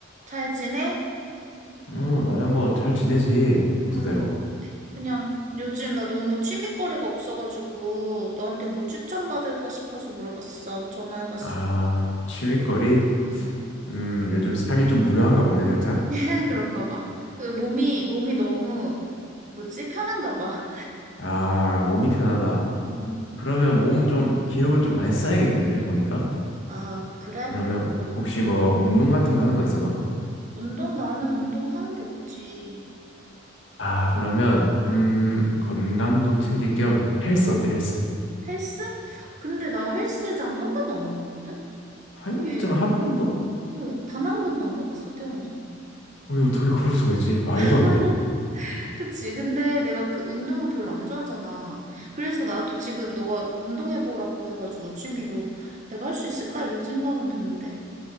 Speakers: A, on the right; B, on the left.
A: 잘 지내?
B: 어, 나야 뭐 잘 지내지, 평소대로.
A: 음, 그냥 요즘 나 너무 취미거리가 없어가지고 너한테 뭐 추천받을까 싶어서 물어봤어. 전화해봤어.
B: 아, 취미거리?
A: 음.
B: 음, 요즘 삶이 좀 무료한가 보네, 살짝.
A: <laughs> 그런가 봐. 그 몸이, 몸이 너무, 뭐지? 편한가 봐.
B: 아, 몸이 편하다.
A: 음.
B: 그러면 몸 좀, 기력을 좀 많이 써야겠는데, 보니까.
A: 아, 그래?
B: 그러면
A: 뭐,
B: 혹시 뭐 운동 같은 거 하는 거 있어, 너?
A: 운동, 나는 운동하는 게 없지.
B: 아, 그러면, 음, 건강도 챙길 겸 헬스 어때, 헬스?
A: 헬스? 근데 나 헬스장 한 번도 안 가봤거든? 그게,
B: 헬스장 한 번도?
A: 어, 단 한 번도 안 가봤어, 태어나서.
B: 왜 어떻게 그럴 수가 있지? 말도
A: <laughs>
B: 안 돼.
A: 그치. 근데 내가 그 운동을 별로 안 좋아하잖아. 그래서 나도 지금 너가 운동해보라고 해가지고 취미로 내가 할 수 있을까? 이런 생각은 드는데.